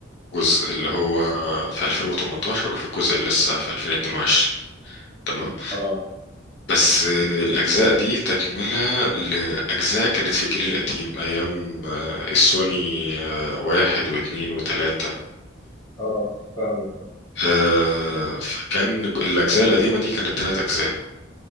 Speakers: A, on the left; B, on the left.
A: جزء اللي هو في 2018 وفي الجزء اللي لسه في 2022 تمام
B: آه
A: بس آه، الأجزاء دي تكملة لأجزاء كانت في الجيل القديم أيام آه، السوني آه، واحد واثنين وثلاثة
B: آه فاهمك
A: آه، فكان ج- الأجزاء القديمة دي كانت تلات أجزاء